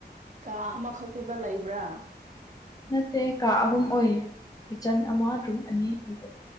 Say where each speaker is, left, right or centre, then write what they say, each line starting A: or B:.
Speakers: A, on the right; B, on the left.
A: ꯀꯥ ꯑꯃꯈꯛꯇꯥꯗ ꯂꯩꯕ꯭ꯔꯥ
B: ꯅꯠꯇꯦ ꯀꯥ ꯑꯍꯨꯝ ꯑꯣꯏꯌꯦ ꯀꯤꯠꯆꯟ
A: ꯑꯣ
B: ꯑꯃ ꯔꯨꯝ ꯑꯅꯤ ꯑꯣꯏꯕꯅꯤ